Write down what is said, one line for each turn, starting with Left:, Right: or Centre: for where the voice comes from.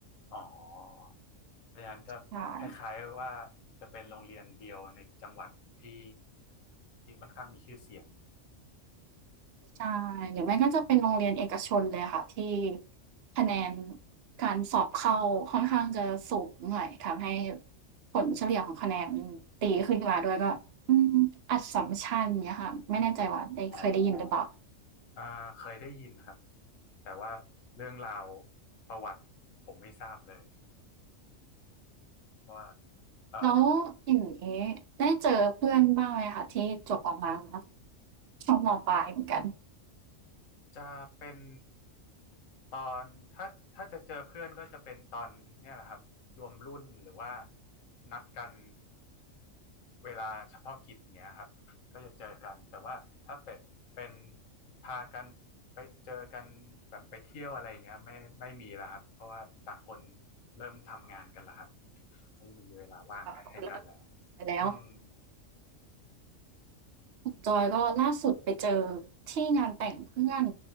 Left: อ๋อเพราะฉะนั้นก็คล้ายๆว่า
Right: ใช่
Left: จะเป็นโรงเรียนเดียวในจังหวัดที่ที่ค่อนข้างมีชื่อเสียง
Right: ใช่หรือไม่ก็จะเป็นโรงเรียนเอกชนเลยค่ะที่คะแนนการสอบเข้าค่อนข้างจะสูงหน่อยทำให้ผลเฉลี่ยของคะแนนตีขึ้นมาด้วยก็อืมอัสสัมชัญเงี้ยค่ะไม่แน่ใจว่าได้เคยได้ยินหรือเปล่า
Left: อ๋ออ่าเคยได้ยินครับ แต่ว่าเรื่องราวประวัติผมไม่ทราบเลยเพราะว่าเอ่อ
Right: แล้วอย่างงี้ได้เจอเพื่อนบ้างไหมคะที่จบออกมาแล้วช่วงมปลายเหมือนกัน
Left: จะเป็นตอนถ้าถ้าจะเจอเพื่อนก็จะเป็นตอนเนี่ยแหละครับรวมรุ่นหรือว่านัดกันเวลาเฉพาะกิจเนี้ยครับก็จะเจอกันแต่ว่าถ้าเป็ดเป็นพากันไปเจอกันแบบไปเที่ยวอะไรเงี้ยไม่ไม่มีแล้วครับเพราะว่าต่างคนเริ่มทำงานกันแล้วครับไม่มีเวลาว่างให้กันแล้ว
Right: จะแบบคนละไปแล้ว
Left: อืม
Right: ของจอยก็ล่าสุดไปเจอที่งานแต่งเพื่อน